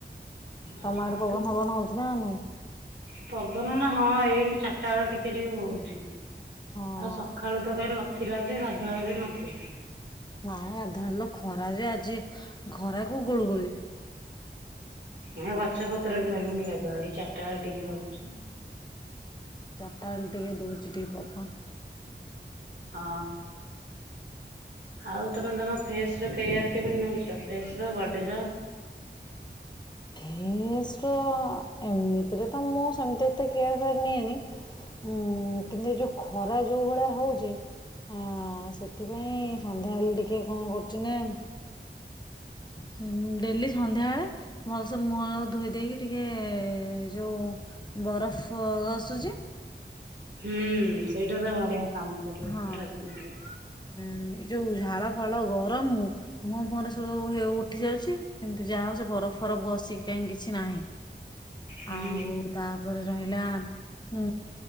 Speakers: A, on the right (about 70°); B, on the left (about 25°).
A: ଆ
B: ତମ ଆଡେ ପବନ ପବନ ହଉଛି ନା ନାଇଁ।
A: ପବନ ନା ହଁ ଏଇନି ଚାରିଟା ବେଳ ଟିକେ ଟିକେ ହଉଛି।
B: ହଁ
A: ଆଉ ସଖାଳୁ ତ କାଇଁ ନ ଥିଲା ଯେ ଗାଧୁଆଳବି ନଥିଲା।
B: ନାଇଁ ଗାଧୁଆଳେ ନୁ ଖରା ଯେ ଆଜି ଖରା କୁ ଗୁଳୁଗୁଳି।
A: ଏ ଗଛପତ୍ର ବି ହଲୁନି ଗାଧୁଆଳେ ଏ ଚା ଟା ଟିକେ
B: ହଁ।
A: ହଲୁଚି।
B: ଟାଳେ ଟିକେ ଦଉଚି ଟିକେ ପବନ।
A: ହଁ ଆଉ ତମେ ତମ ଫେସ ର କେୟାର କେମିତି ନଉଚ ଫେସ ର ବଡିର
B: ଧେସର ଏମିତିରେ ତ ମୁଁ ସେମିତି ଏତେ କେୟାର ଫେୟାର ନିଏନି ଉଁ କିନ୍ତୁ ଏ ଯୋଉ ଖରା ଯୋଉ ଭଳିଆ ହଉଛି ଆ ସେଥିପାଇଁ ସନ୍ଧ୍ୟାବେଳେ ଟିକେ କଣ କରୁଚି ନା ସ ଡେଲି ସନ୍ଧ୍ୟାବେଳେ ଭଲସେ ମୁହଁ ଧୋଇ ଦେଇକି ଟିକେ ଯଉଁ ବରଫ ଘସୁଚି।
A: ହୁଁ ସେଇଟା ତ ବଢିଆ କାମ କରିବ
B: ହଁ
A: ରାତିରେ।
B: ଏଇ ଯୋଉ ଝାଳ ଫାଳ ଗରମ ହ ମୋ ମୁୁହଁରେ ସବୁ ହେ ଉଠି ଯାଉଚି। କିନ୍ତୁ ଯାହା ହଉ ସେ ବରଫ ଫରଫ ଘସିକି କାଇଁ କିଛି ନାହିଁ।
A: ହୁଁ
B: ଆଉ ତାପରେ ରହିଲା ଉଁ